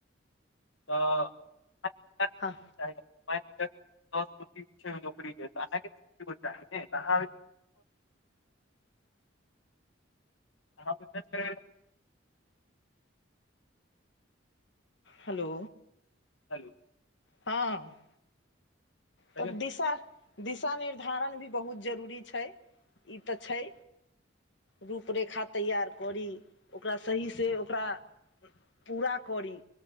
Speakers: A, on the left; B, on the left.
A: तऽ <unintelligible>
B: हँ
A: <unintelligible> नौकरी देत अहाँके <unintelligible> त अहाँ आहाँ अपन टेस्ट करबे
B: हेलो
A: हेलो
B: हँ
A: ठीक
B: तब
A: है,
B: दिशा दिशा निर्धारण भी बहुत जरूरी छै ई तऽ छै रूपरेखा तैयार करी ओकरा सही सँ ओकरा पूरा करी